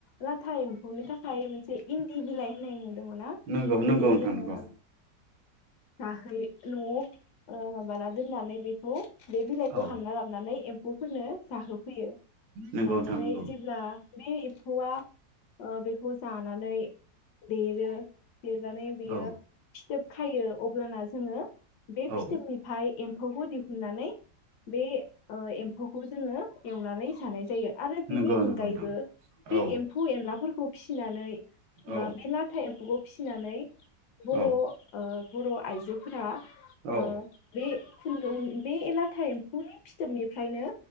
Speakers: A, on the left; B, on the right.
A: लाथा एम्फौनि था खाय मोनसे इन्दि बिलाइ होननाय दङ' ना
B: नंगौ
A: बेखौ
B: नंगौ नोंथां
A: जोङो
B: नंगौ
A: औ जाहोयो न'आव ओ माबाना दोननानै बेखौ बे बिलाइखौ
B: औ
A: हानना लाबनानै एम फौफोरनो जाहोफैयो।
B: नंगौ
A: जानानै
B: नोंथां नंगौ
A: जेब्ला बे एम्फौआ ओ बेखौ जानानै देरो देरनानै बियो
B: औ
A: फिथोब खायो अब्लाना जोङो बे
B: औ
A: फिथोबनिफ्राय एम्फौखौ दि हुननानै बे ओ ए म्फौखौ जोङो एवनानै जानाय जायो। आरो बेनि
B: नंगौ
A: अनगायैबो
B: नंगौ नोंथां औ
A: बे एमफौ एनला फोरखौ फिसिनानै
B: औ
A: बा बे लाथा एमफौ फिसिनानै बर'
B: औ
A: ओ बर' आइजोफोरा ओ
B: औ
A: बे फुनदों बे लाथा एम्फौनि फिथोब नि फ्रायनो